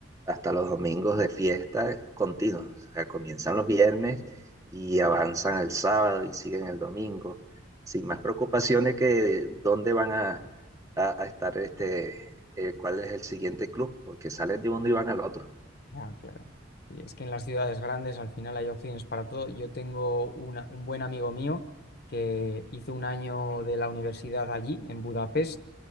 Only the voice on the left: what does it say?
Ya, claro. Y es que en las ciudades grandes al final hay opciones para todo. Yo tengo una- un buen amigo mío que hizo un año de la universidad allí, en Budapest,